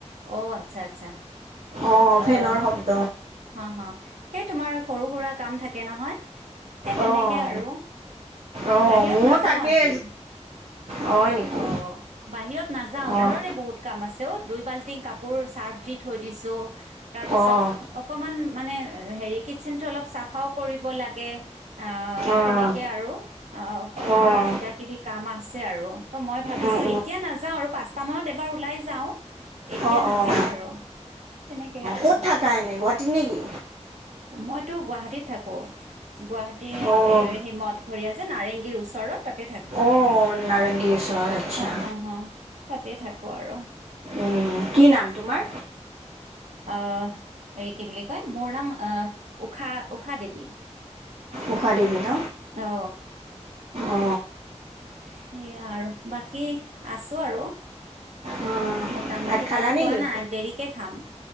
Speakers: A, on the right; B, on the right.
A: অ আচ্ছা আচ্ছা
B: অ' ফেনৰ
A: আহ
B: শব্দ।
A: হা হা সেই তোমাৰ সৰু সুৰা কাম থাকে নহয় সেই তেনেকে
B: অঁ
A: আৰু,
B: অঁ
A: বাহিৰত
B: মোৰ
A: নাযাওঁ
B: তাকেই
A: আজি।
B: হয় নেকি
A: অ, বাহিৰত নাযাও
B: অঁ
A: ঘৰৰে বহুত কাম আছে অ দুই বাল্টি কাপোৰ চাৰ্ফ দি থৈ দিছো, তাৰপিছত
B: অঁ
A: অকমান মানে হেৰি কিটচেনটো চাফাও কৰিব লাগে আ
B: অঁ
A: তেনেকেই আৰু, সৰু-সুৰা
B: অঁ
A: কিবা কিবি কাম আছে আৰু। ত মই ভাবিছো
B: অঁ
A: এতিয়া নাজাও আৰু, পাঁচটা মানত এবাৰ উলাই যাও। এতিয়া
B: অঁ
A: নাযাও
B: অঁ অঁ
A: আৰু তেনেকেই আৰু।
B: ক'ত থাকা এনে গুৱাহাটীত নেকি
A: মই তোৰ গুৱাহাটীত থাকো, গুৱাহাটীৰ
B: অঁ
A: এৱেহিমত। নাৰেংগীৰ ওচৰত তাতে থাকো।
B: অ, নাৰেংগিৰ ওচৰত আচ্ছা।
A: হ হ হ তাতে থাকো আৰু
B: উম। কি নাম তোমাৰ?
A: অ, হেৰি কি বুলি কয় মোৰ নাম আ ঊষা দেৱী।
B: ঊষা দেৱী ন,
A: অ
B: অ।
A: সেইয়া আৰু বাকী আছো আৰু।
B: অঁ
A: মোটামুটি
B: ভাত খালা
A: ভাট
B: নেকি
A: খোৱা নাই, দেৰিকে খাম।